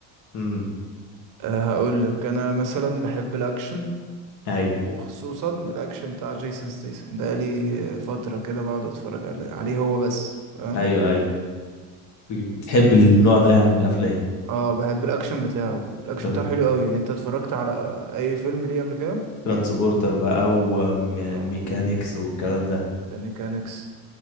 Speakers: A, on the left; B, on the right.
A: امم
B: آه هقول لك انا مثلا بحب الاكشن
A: ايوه
B: وخصوصا الاكشن بتاع جيسون ستيسن بقالي آه، فتره كده بقعد اتفرج عليه عليه هو بس فاهم
A: ايوه ايوه بتحب النوع ده يعني من الافلام
B: اه بحب الاكشن بتاعه الاكشن
A: تران-
B: بتاعه حلو قوي انت اتفرجت على اي فيلم ليه قبل كده
A: ترانسبورتر بقى وميكانيكس
B: اه
A: والكلام ده
B: ده ميكانكس